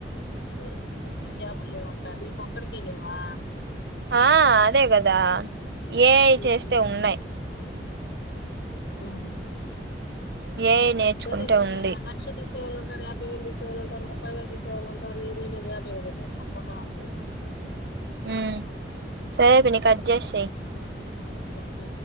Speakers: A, on the left; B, on the right.
A: సిఎస్సి చేస్తె జాబులు లేవంట వీడిక్కొకడికే లేవా
B: ఆ అదే కదా ఏఐ
A: ఉ
B: చేస్తే ఉన్నాయి
A: యామ్మి
B: ఏఐ నేర్చుకుంటే
A: సరే లే ఇంగ
B: ఉంది
A: లక్ష తీసే వాళ్ళుంటారు యాభై వేలు తీసే వాళ్ళు ఉంట ముప్పై వేలు తీసే వాళ్ళు ఉంటారు ఎవరు ఏదైనా జాబే కదా చేసుకొని పోతా ఉంటేను
B: ఉ సరే పిన్ని కట్జేసేయ్
A: ఓకే